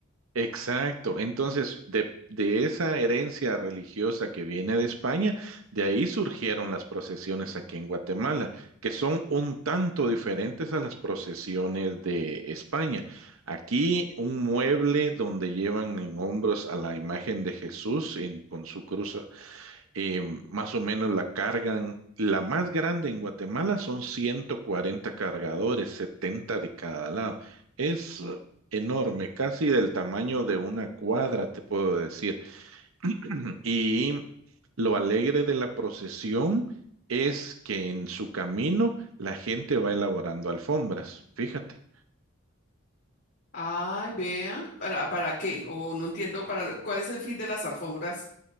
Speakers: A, on the right; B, on the left.
A: exacto. Entonces, de, de esa herencia religiosa que viene de España, de ahí surgieron las procesiones aquí en Guatemala, que son un tanto diferentes a las procesiones de España. Aquí un mueble donde llevan en hombros a la imagen de Jesús en- con su cruz eh, más o menos la cargan. La más grande en Guatemala son 140 cargadores, 70 de cada lado. Es enorme, casi del tamaño de una cuadra, te puedo decir. <clears throat> Y lo alegre de la procesión es que en su camino la gente va elaborando alfombras, fíjate.
B: Ay, vea, ¿para, para qué? O no entiendo para lo- cuál es el fin de las alfombras.